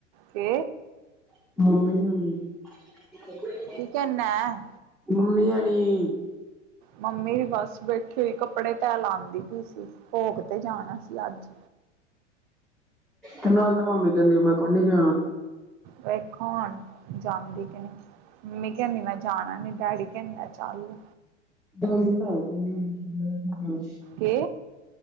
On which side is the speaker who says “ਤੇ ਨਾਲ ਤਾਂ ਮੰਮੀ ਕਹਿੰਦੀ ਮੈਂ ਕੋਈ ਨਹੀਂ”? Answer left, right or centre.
Centre